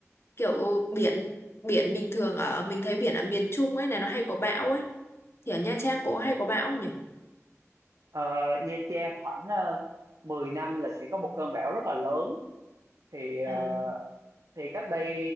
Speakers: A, on the left (about 50°); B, on the right (about 85°).
A: kiểu biển biển bình thường ở mình thấy biển ở miền Trung ấy này nó hay có bão ấy thì ở Nha Trang có hay có bão không nhỉ
B: Ờ, Nha Trang khoảng uh, 10 năm là sẽ có một cơn bão rất là lớn thì ờ,
A: à
B: thì cách đây